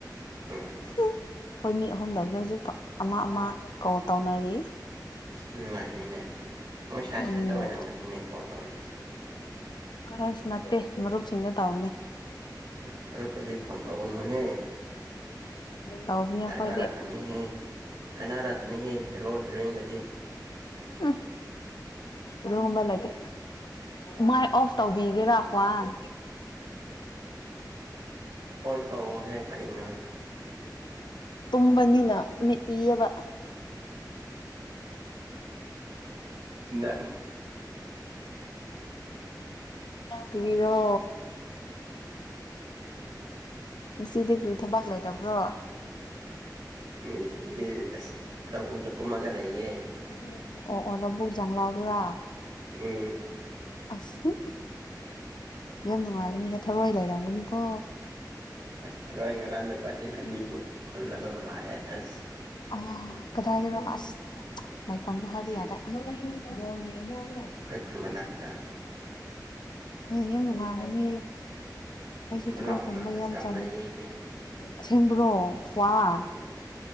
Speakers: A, on the right; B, on the left.
A: ꯎꯝ
B: ꯑꯩꯈꯣꯏ ꯃꯤ ꯑꯍꯨꯝ ꯂꯩ ꯍꯧꯖꯤꯛꯐꯥꯎ ꯑꯃ ꯑꯃ ꯀꯣꯜ ꯇꯧꯅꯔꯤ꯫
A: ꯑ ꯅꯨꯡꯉꯥꯏꯔꯤꯅꯦ ꯃꯣꯏ ꯁꯥꯏꯠ
B: ꯎꯝ
A: ꯁꯥꯏꯠꯇ ꯑꯣꯏꯔꯝꯒꯅꯤꯅꯦ ꯀꯣꯜ ꯇꯧꯔꯛꯏꯁꯦ꯫
B: ꯑꯁ ꯅꯠꯇꯦ ꯃꯔꯨꯞꯁꯤꯡꯗ ꯇꯧꯕꯅꯦ
A: ꯑꯥ <unintelligible> ꯃꯔꯨꯞꯇꯗꯤ ꯐꯣꯟ ꯇꯧꯒꯅꯨꯍꯦ
B: ꯇꯧꯕꯅꯦ ꯑꯩꯈꯣꯏꯗꯤ
A: ꯀꯥꯏꯅꯔꯛꯀꯅꯤꯍꯦ ꯀꯥꯏꯅꯔꯛꯀꯅꯤꯍꯦ ꯍꯦꯔꯣ ꯍꯦꯔꯣꯏꯟꯗꯗꯤ
B: ꯎꯝ ꯑꯗꯨꯒꯨꯝꯕ ꯂꯩꯇꯦ ꯃꯥꯏ ꯑꯣꯐ ꯇꯧꯕꯤꯒꯦꯔꯥ ꯈ꯭ꯋꯥꯟ
A: ꯍꯣꯟ ꯇꯧꯑꯣꯍꯦ ꯀꯔꯤꯅꯣꯍꯦ
B: ꯇꯨꯝꯕꯅꯤꯅ ꯃꯤꯠꯇꯤ ꯑꯦꯕ
A: ꯅꯪ
B: ꯀꯔꯤꯔꯣ ꯉꯁꯤꯗꯤ ꯀ꯭ꯔꯤ ꯊꯕꯛ ꯂꯩꯇꯕ꯭ꯔꯣ
A: ꯉꯁꯤ ꯑꯁ ꯂꯧꯕꯨꯛꯇ ꯀꯨꯝꯃꯒ ꯂꯩꯌꯦ꯫
B: <inaudible> ꯑꯣ ꯑꯣ ꯂꯧꯕꯨꯛ ꯖꯥꯡꯂꯥꯎꯗꯨꯔꯥ
A: ꯑꯝ
B: ꯑꯁ ꯌꯥꯝ ꯅꯨꯡꯉꯥꯏꯒꯅꯤ ꯍꯦ ꯊꯥꯔꯣꯏ ꯂꯩꯔꯝꯒꯅꯤꯀꯣ꯫
A: ꯑꯁ ꯊꯥꯔꯣꯏ ꯉꯔꯥꯡꯗ ꯕꯥꯇꯤꯟ ꯑꯅꯤꯕꯨ ꯈꯨꯜꯂꯒ ꯂꯥꯛꯑꯦ꯫ ꯑꯁ
B: ꯑꯣ ꯀꯗꯥꯏꯗꯔ ꯑꯁ ꯂꯩꯐꯝꯗꯨ ꯍꯥꯏꯕ
A: ꯁꯤ
B: ꯌꯥꯗꯦ
A: ꯑꯩꯈꯣꯢ ꯃꯅꯥꯛ ꯑꯥ
B: ꯌꯝ ꯅꯨꯡꯉꯥꯏꯒꯅꯤ ꯑꯩꯁꯨ ꯊꯥꯔꯣꯏ
A: ꯂꯥꯛꯑꯣꯅ
B: ꯈꯨꯟꯕ
A: ꯑꯁ
B: ꯌꯝ
A: ꯌꯥꯝ
B: ꯆꯥꯅꯤ
A: ꯂꯩꯌꯦꯍꯦ
B: ꯑꯁꯦꯡꯕ꯭ꯔꯣ ꯋꯥꯟ
A: ꯎꯝ